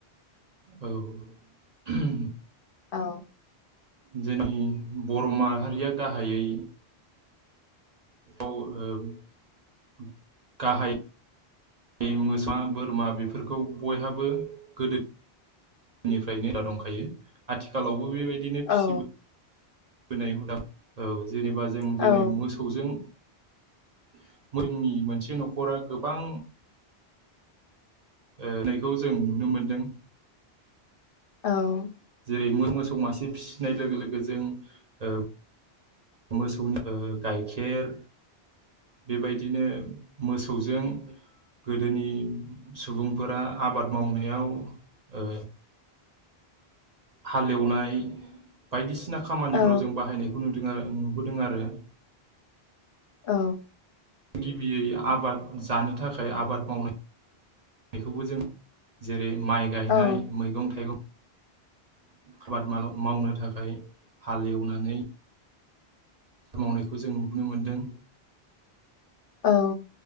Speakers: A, on the right (about 45°); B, on the left (about 60°).
A: औ उहम
B: औ।
A: जोंनि बर' माहारिया गाहायै ओ <inaudible> गाहाय इमोसा बोरमा बेफोरखौ बयहाबो गोदो निफ्रायनो <unintelligible> दंखायो आथिखालावबो बे बायदिनो फिसिबो
B: औ
A: नोय हुदा औ। जेनेबा जों
B: औ
A: दिनै मोसौजों <unintelligible> मोनसे न'खरा गोबां ओ नायखौ जों नुनो मोनदों।
B: औ।
A: <inaudible> मोसौ मासे फिसिनाय लोगो लोगो जों ओ मोसौन ओ गाइखेर बेबायदिनो मोसौजों गोदोनि सुबुंफोरा आबाद मावनायाव ओ हाल एवनाय बायदिस सिना खामानिफ्राव
B: औ
A: जों बाहायनायखौ नु दों आरो नुबोदों आरो।
B: औ।
A: गिबियै आबाद जानो थाखाय आबाद मावनाय खौबो जों जेरै माइ गायनाय
B: औ
A: मैगं थाइगं आबाद मालाव मावनो थाखाय हाल एवनानै मावनायखौ जों नुनो मोनदों।
B: औ